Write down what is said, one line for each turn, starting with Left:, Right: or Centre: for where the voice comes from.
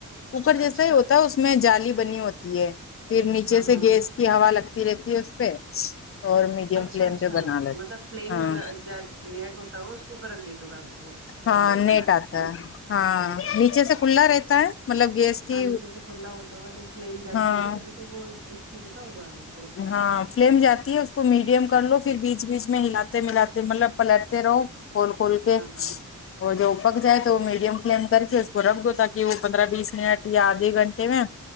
Left: کوکر جیسا
Right: اچھا
Left: ہی ہوتا ہے اس میں جالی بنی ہوتی ہے پھر نیچے
Right: ہاں
Left: سے
Right: ہاں
Left: گیس کی ہوا لگتی رہتی ہے اس پہ اور میڈیم
Right: اچھا
Left: فلیم
Right: اچھا
Left: پہ بنا لیتے
Right: مطلب فلیم
Left: ہاں
Right: ج نیٹ ہوتا ہو اس کو اوپر رکھ دیتے کاا گولے
Left: ہاں نیٹ
Right: بنا کے
Left: آتا
Right: ہے نا
Left: ہاں نیچے سے کھلا رہتا ہے مطلب گیس کی
Right: ہاں نیچے سے کھلا ہوتا ہوگا تب فلیم جاتی
Left: ہاں
Right: ہوگی تبھی تو وہ کرسکی ہوتا ہوگا یار
Left: ہاں فلیم جاتی ہے کو میڈیم کر لو پھر بیچ بیچ میں ہلاتے ملاتے مطلب پلٹتے رہو کول کول کے
Right: ہاں ہاں ہاں
Left: اور جو پک جائے تو وہ میڈیم فلیم کر کے اس کو رکھ دو تاکہ وہ پندرہ بیس منٹ یا آدھے گھنٹے میں